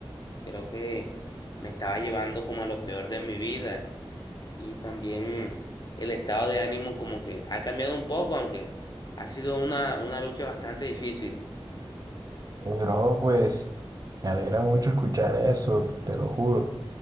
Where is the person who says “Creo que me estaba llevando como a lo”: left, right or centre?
Left